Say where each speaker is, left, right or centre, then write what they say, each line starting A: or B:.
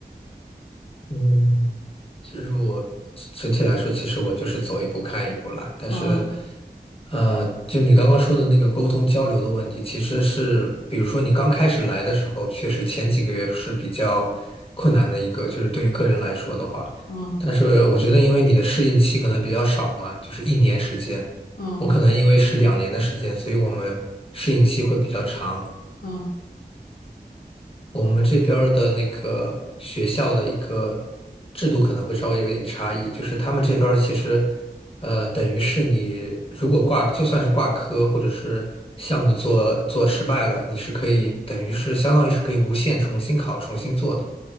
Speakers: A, on the left; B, on the left.
A: 嗯，其实我整体来说，其实我就是走一步看一步啦。但是，
B: 嗯
A: 呃，就你刚刚说的那个沟通交流的问题，其实是，比如说你刚开始来的时候，确实前几个月是比较困难的一个，就是对于个人来说的话。
B: 嗯
A: 但是我觉得，因为你的适应期可能比较少嘛，就是一年时间，
B: 嗯
A: 我可能因为是两年的时间，所以我们适应期会比较长。
B: 嗯，
A: 我们这边儿的那个学校的一个制度可能会稍微有点差异，就是他们这边儿其实，呃，等于是你如果挂，就算是挂科或者是项目做做失败了，你是可以等于是相当于是可以无限重新考、重新做的。